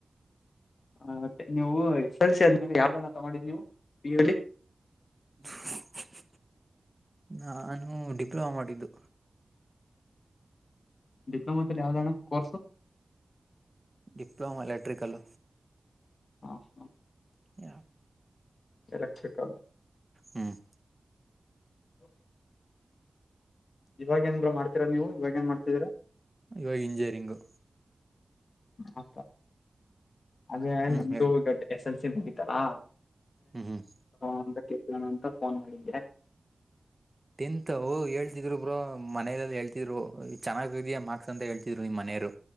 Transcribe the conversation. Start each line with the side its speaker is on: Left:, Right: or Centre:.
Left: ಹ ಮತ್ತೆ ನೀವು ಎಸ್ ಎಲ್ ಸಿ ಆದ್ಮೇಲೆ ಯಾವ್ದಣಥ ಮಾಡಿದಿ ನೀವು ಪ ಯು ಅಲ್ಲಿ
Right: ಹ <inaudible> ನಾನು ಡಿಪ್ಲೊಮಾ ಮಾಡಿದ್ದು
Left: ಡಿಪ್ಲೊಮ ಯಾವವುದಣ ಕರ್ಸು
Right: ಡಿಪ್ಲೋಮಾ ಎಲೆಕ್ಟ್ರಿಕಲ್ಲ
Left: ಹಾ ಹಾ
Right: ಯ <inaudible>
Left: ಎಲೆಕ್ಟ್ರಿಕಲ್
Right: ಹ್ಮ್ <inaudible>
Left: <unintelligible> ಇವಾಗ ಏನ್ ಮಾಡ್ತೀರಾ ನೀವು ಇವಾಗ ಏನ್ ಮಾಡ್ತಿದೀರಾ
Right: ಇವಾಗ ಇಂಜಿನಿಯರಿಂಗು
Left: ಅ ಅದೇ
Right: ಹ್ಮ್
Left: ನಂದುು
Right: ಹೇಳಿ
Left: ಗ ಎಸ್ ಎ <inaudible> ಮುಗಿತಾರಾ
Right: ಹ್ಮ್ ಹ್ಮ್
Left: ಅಂತ ಕೇಣ ಅಂತ <inaudible> ಫೋನ್ ಮಾಡಿದ್ದೆ <inaudible>
Right: ತಿಂತವು ಹೇಳ್ತಿದ್ರು ಬ್ರರು ಮನಲ ಹೇಳ್ತಿದ್ರು ಚೆನ್ನಾಗ ಇದಾ ಮಾರ್ಕ್ಸ್ ಅಂತ ಹೇಳ್ತರು ತಿರುವವಿ ಮನೆಯರು